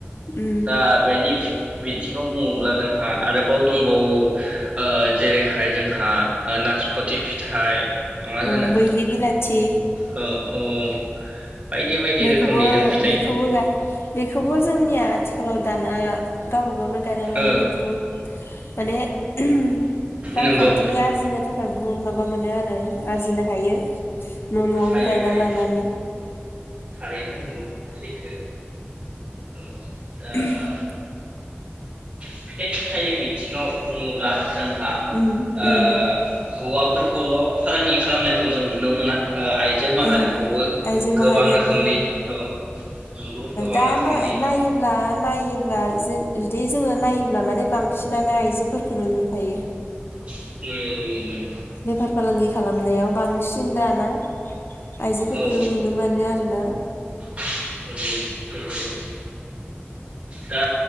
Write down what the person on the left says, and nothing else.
उम
औ
बैग्रि बिलाथि
बेखौबो
बेखौबो गा बेखौबो जोंनिया आथिखालाव दाना गावबा गावनो गायना लानानै
बुहुद माने ओम रांखान्थि
आरजिनो थाखाय बुहुत माबा मोनो आ आरजिनो हायो न' न'आवनो
गायना
लानानै
<unintelligible>
उम उम
ओहो आइजो
माहारियाबो
दा
नायोब्ला नायोब्ला ज जुदि जोङो नायोब होनब्ला माने बांसिनानो आइजोफोरखौनो नुखायो
बेफार फालांगि खालामनायाव बां -सिन दाना आइजोफोरखौनो
नुनो मोनो आरोना